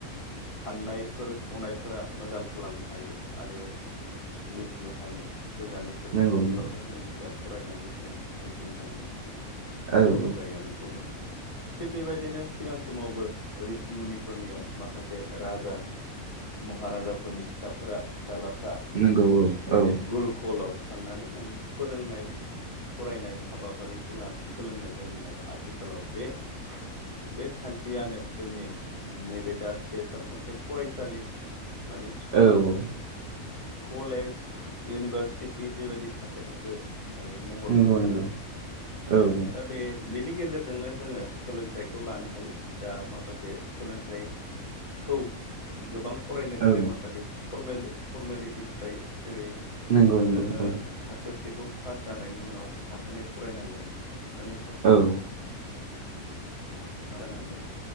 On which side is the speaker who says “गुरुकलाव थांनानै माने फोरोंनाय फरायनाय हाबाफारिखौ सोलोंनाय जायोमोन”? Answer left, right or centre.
Left